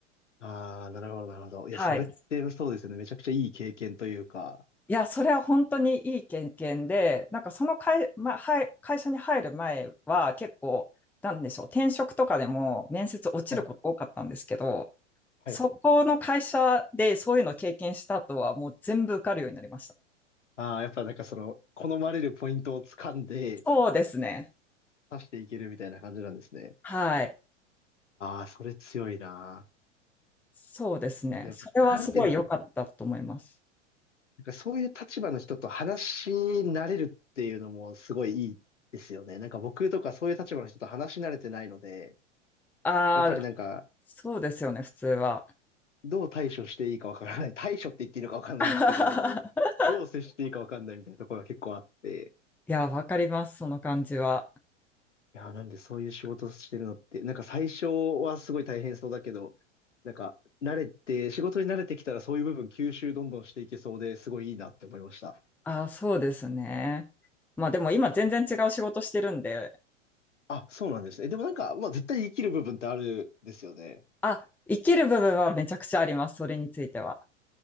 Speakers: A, on the left (about 75°); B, in the centre.
A: ああ、なるほど、なるほど。いや、
B: はい。
A: それってそうですよね。めちゃくちゃいい経験というか、
B: いや、それは本当にいい経験で、なんかその会、ま、はい会社に入る前は結構、なんでしょう、転職とかでも面接落ちること多かったんですけど、
A: はい、はい、
B: そこの会社でそういうのを経験した後はもう全部受かるようになりました。
A: ああ、やっぱなんかその、好まれるポイントを掴んで、
B: そうですね。
A: 刺していけるみたいな感じなんですね。
B: はい。
A: ああ、それ強いな。
B: そうですね。
A: あとやっぱ、
B: それはすごい良かったと思います。
A: なんていうんですか。なんかそういう立場の人と話し慣れるっていうのもすごいいいですよね。なんか僕とかそういう立場の人と話し慣れてないので、
B: ああ、
A: やっぱりなんか、
B: そうですよね、普通は。
A: どう対処していいかわからない。対処って言っていいのかわかんないんですけど、
B: <laughs>
A: どう接していいかわかんないみたいなところが結構あって、
B: いや、わかります、その感じは。
A: いやー、なんでそういう仕事してるのって、なんか最初はすごい大変そうだけど、なんか慣れて、仕事に慣れてきたらそういう部分吸収どんどんしていけそうですごいいいなって思いました。
B: ああ、そうですね。まあでも今全然違う仕事してるんで、
A: あ、そうなんですね。でもなんか、まあ絶対生きる部分ってあるですよね。
B: あ、生きる部分はめちゃくちゃあります、それについては。